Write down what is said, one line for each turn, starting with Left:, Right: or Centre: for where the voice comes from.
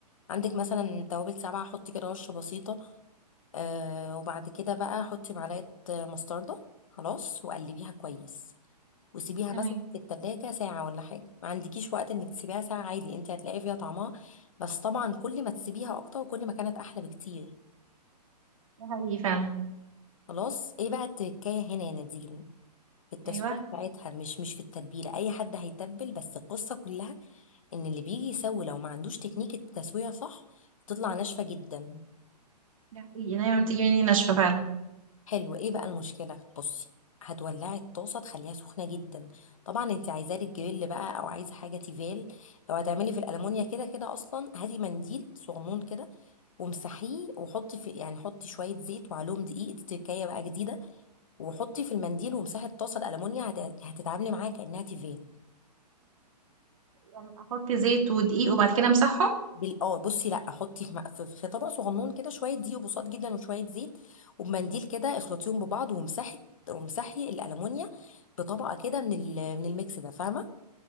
Left: عندك مثلا توابل سبعة حطي كده رشة بسيطة آه وبعد كده بقى حطي معلقة آه، مستردة خلاص وقلبيها كويس وسيبيها
Right: تمام
Left: مثلا في التلاجة ساعة ولا حاجة ما عندكيش وقت انك تسيبيها ساعة عادي انت هتلاقي فيها طعمها بس طبعا كل ما تسيبيها اكتر كل ما كانت احلى بكتير
Right: ده حقيقي فعلا
Left: خلاص ايه بقى التكاية هنا يا نادين في التسوية
Right: ايوه
Left: بتاعتها مش مش في التتبيلة اي حد هيتبل بس القصة كلها ان اللي بيجي يسوي لو ما عندوش تكنيك التسوية صح بتطلع ناشفة جدا
Right: ده حقيقي دايما بتيجي مني ناشفة فعلا
Left: حلو ايه بقى المشكله بصي هتولعي الطاسه تخليها سخنه جدا طبعا انت عايزاه للجريل بقى او عايزه حاجه تيفال لو هتعملي في الالمونيا كده كده اصلا هاتي منديل صغنون كده وامسحيه وحطي في يعني حطي شويه زيت وعليهم دقيق دي تركايه بقى جديده وحطي في المنديل وامسحي الطاسه الالمونيا هت- هتتعاملي معاها كانها تيفال
Right: يعني احط زيت ودقيق وبعد كده امسحهم
Left: بال... اه بصي لا حطي في, م- في في طبق صغنون كده شويه دقيق وبساط جدا وشويه زيت وبمنديل كده اخلطيهم ببعض ومسحي ومسحي الالومنيا بطبقه كده من ال... من الميكس ده فاهمه